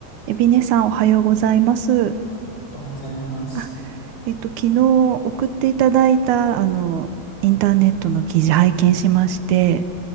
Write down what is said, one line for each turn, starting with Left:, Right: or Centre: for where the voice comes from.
Right: えびねさん、おはようございます。
Left: おはようございます。
Right: あ、えっと、昨日送っていただいた、あの、インターネットの記事拝見しまして、